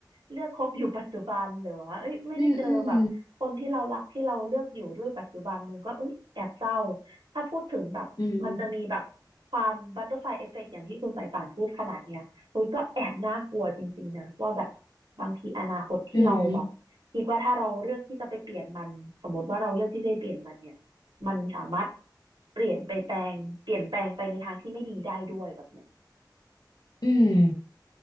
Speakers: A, on the right (about 85°); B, on the left (about 55°).
A: เลือกคบอยู่ปัจจุบันหรือว่าเอ้ยไม่ได้เจอแบบคนที่เรารักที่เราเลือกอยู่ด้วยปัจจุบันมันก็เอ้ยแอบเศร้า
B: อืมอืม
A: ถ้าพูดถึงแบบมันจะมีแบบความบัตเตอร์ฟลายเอฟเฟกต์อย่างที่คุณสายป่านพูดขนาดเนี้ยเฮ้ยก็แอบน่ากลัวจริงๆนะว่าแบบ
B: อืม
A: บางทีอนาคตที่เราแบบคิดว่าถ้าเราเลือกที่จะไปเปลี่ยนมันสมมติว่าเราเลือกที่จะไปเปลี่ยนมันเนี่ย
B: อืม
A: มันสามารถเปลี่ยนไปแปลงเปลี่ยนแปลงไปในทางที่ไม่ดีได้ด้วยแบบเนี้ย
B: อืม